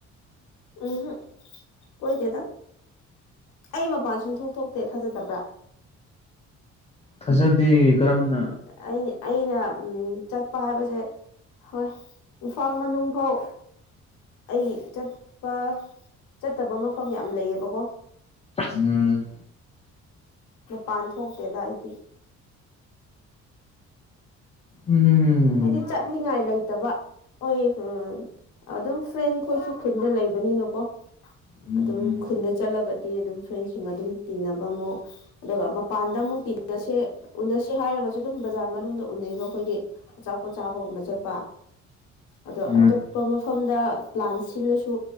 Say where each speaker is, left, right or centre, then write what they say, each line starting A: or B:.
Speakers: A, on the left (about 80°); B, on the left (about 20°).
A: ꯎꯝ ꯍꯝ ꯀꯣꯏꯗꯦꯗ ꯫ ꯑꯩ ꯃꯄꯥꯟ ꯁꯨꯡ ꯊꯣꯛꯣꯛ ꯊꯣꯛꯇꯦ ꯊꯥꯖꯗꯕ꯭ꯔꯥ꯫
B: ꯊꯥꯖꯗꯦ ꯀꯔꯝꯅ꯫
A: ꯑꯩ ꯑꯩꯅ ꯎꯝ ꯆꯠꯄ ꯍꯥꯏꯕꯁꯦ ꯍꯣꯏ ꯏꯝꯐꯥꯜ ꯃꯅꯨꯡ ꯐꯥꯎ ꯑꯩ ꯆꯠꯄ ꯆꯠꯇꯕ ꯃꯐꯝ ꯌꯥꯝ ꯂꯩꯌꯦꯕꯀꯣ
B: ꯎꯝ
A: ꯃꯄꯥꯟ ꯊꯣꯛꯇꯦꯗꯏꯗꯤ
B: ꯎꯝ
A: ꯍꯥꯏꯗꯤ ꯆꯠꯅꯤꯡꯉꯥꯏꯂ ꯅꯠꯇꯕ ꯍꯣꯏ ꯎ ꯑꯗꯨꯝ ꯐ꯭ꯔꯦꯟ ꯈꯣꯏꯁꯨ ꯈꯨꯟꯗ ꯂꯩꯕꯅꯤꯅꯀꯣ
B: ꯎꯝ
A: ꯑꯗꯨꯝ ꯈꯨꯟꯗ ꯆꯠꯂꯒꯗꯤ ꯑꯗꯨꯝ ꯐ꯭ꯔꯦꯟꯁꯤꯡꯒ ꯑꯗꯨꯝ ꯇꯤꯟꯅꯕ ꯑꯃꯨꯛ ꯑꯗꯨꯒ ꯃꯄꯥꯟꯗ ꯑꯃꯨꯛ ꯎꯁꯦ ꯎꯅꯁꯦ ꯍꯥꯏꯔꯒꯁꯨ ꯑꯗꯨꯝ ꯕꯖꯥꯔ ꯃꯅꯨꯡꯗ ꯎꯟꯅꯩꯕ ꯑꯩꯈꯣꯏꯒꯤ ꯑꯆꯥꯄꯣꯠ ꯆꯥꯕꯒꯨꯝꯕ ꯆꯠꯄ ꯑꯗꯣ
B: ꯎꯝ
A: ꯑꯇꯣꯞꯄ ꯑꯃ ꯃꯐꯝꯗ ꯄ꯭ꯂꯥꯟ ꯁꯤꯜꯂꯁꯨ